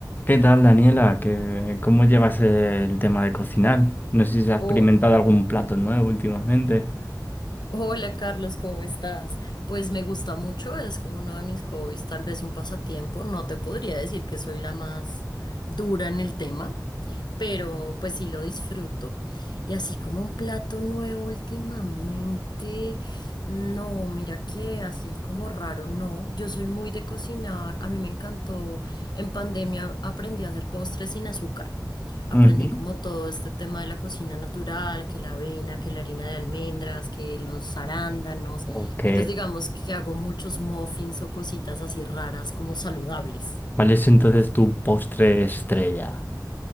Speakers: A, on the left; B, on the left.
A: ¿Qué tal, Daniela? ¿Qué- cómo llevas el tema de cocinar? No sé si has experimentado
B: Oh,
A: algún plato nuevo últimamente.
B: hola Carlos, ¿cómo estás? Pues me gusta mucho, es como uno de mis hobbies, tal vez un pasatiempo. No te podría decir que soy la más dura en el tema, pero pues sí lo disfruto. Y así como un plato nuevo últimamente, no, mira que así como raro, no. Yo soy muy de cocinar, a mí me encantó. En pandemia aprendí a hacer postres sin azúcar. Aprendí
A: Ujú.
B: como todo este tema de la cocina natural, que la avena, que la harina de almendras, que los arándanos.
A: Ok.
B: Entonces digamos que hago muchos muffins o cositas así raras como saludables.
A: ¿Cuál es entonces tu postre estrella?